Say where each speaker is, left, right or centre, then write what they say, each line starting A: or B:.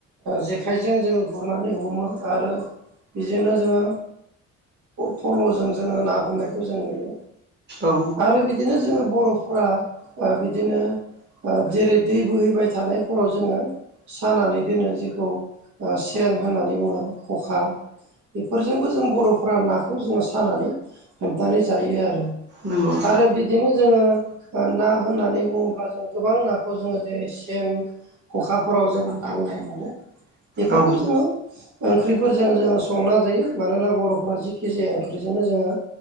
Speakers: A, on the right; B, on the right.
A: जेखाइजों जोङो गुरनानै हमो आरो बेजोंनो जोङो फल'जों जोङो ना हमनायखौ जों नुयो
B: औ।
A: आरो बिदिनो जोङो बर'फोरा ओ बिदिनो ओ जेरै दै बोहैबाय थानायफोराव जोङो सानानै दोनो जेखौ ओ सेन होननानै बुङो खखा बेफोरजोंबो जों बर'फोरा नाखौ जोङो सानानै हाबनानै जायो आरो
B: नंगौ
A: आरो बिदिनो जोङो ओ ना होननानै बुङोब्ला जों गोबां नाखौ जोङो जेरै सेन खखाफोराव जोङो नांनाय मोनो। बेफोरखौ
B: औ
A: जोङो ओंख्रिफोरजों जोङो संना जायो मानोना बर'फोरा जिखि जाया ओंख्रिजोंनो जोङो